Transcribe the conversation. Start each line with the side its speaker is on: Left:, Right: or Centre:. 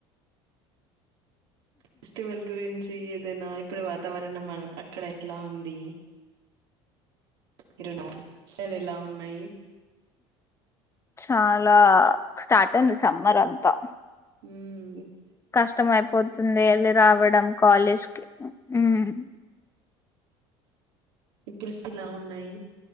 Right: ఫెస్టివల్ గురిన్ చి ఏదైనా ఇప్పుడు వాతావరణం మన అక్కడ ఎట్లా ఉంది ఇరునా అసలు ఎలా ఉన్నాయి
Left: చాలా స్టార్టన్ సమ్మర్ అంతా
Right: ఉమ్మ్
Left: కష్టం అయిపోతుంది వెళ్ళి రావడం కాలేజ్కి ఉమ్
Right: ఇప్పుడిస్టిలా ఉన్నాయి